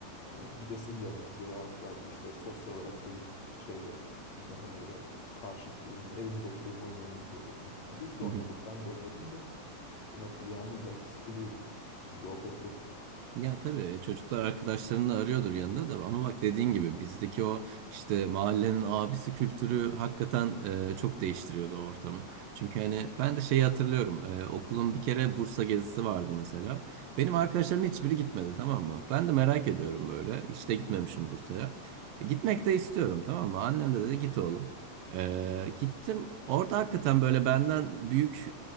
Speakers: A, on the left (about 50°); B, on the right (about 75°).
A: Hani gidesin gelmez veya belki işte sosyal olarak çocuk şeydir. Hani daha böyle karşıttır yani evimde oturayım oyun oynayayım diyordur falan. Yani biz de
B: hı
A: oynuyorduk
B: hı.
A: ben de oynuyordum da bir noktada yani illaki sıkılıyorduk. Şimdi o pek yok
B: Ya tabii e, çocuklar arkadaşlarını arıyordur yanında da ama bak dediğin gibi bizdeki o işte mahallenin abisi kültürü hakikaten e, çok değiştiriyordu o ortamı. Çünkü hani ben de şeyi hatırlıyorum e, okulun bir kere Bursa gezisi vardı mesela. Benim arkadaşlarım hiçbiri gitmedi tamam mı? Ben de merak ediyorum böyle hiç de gitmemişim Bursa'ya. E, gitmek de istiyorum tamam mı? Annem de dedi git oğlum. E, gittim orada hakikaten böyle benden büyük